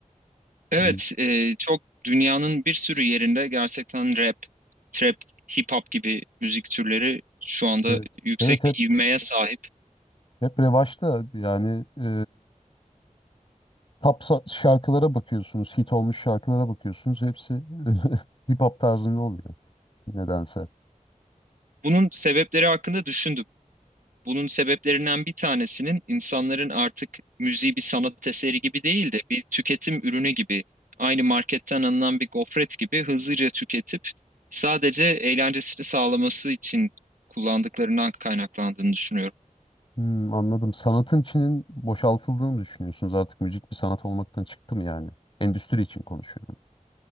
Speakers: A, on the right; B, on the left.
A: evet,
B: Yani
A: e, çok dünyanın bir sürü yerinde gerçekten rap, trap, hip hop gibi müzik türleri şu anda
B: evet.
A: yüksek
B: Evet hep
A: bir ivmeye sahip.
B: hep revaçta yani e, top sa- şarkılara bakıyorsunuz, hit olmuş şarkılara bakıyorsunuz. Hepsi <laughs> hip hop tarzında oluyor nedense.
A: Bunun sebepleri hakkında düşündüm. Bunun sebeplerinden bir tanesinin insanların artık müziği bir sanat eseri gibi değil de bir tüketim ürünü gibi, aynı marketten alınan bir gofret gibi hızlıca tüketip sadece eğlencesini sağlaması için kullandıklarından kaynaklandığını düşünüyorum.
B: Hmm, anladım. Sanatın içinin boşaltıldığını mı düşünüyorsunuz? Artık müzik bir sanat olmaktan çıktı mı yani? Endüstri için konuşuyorum.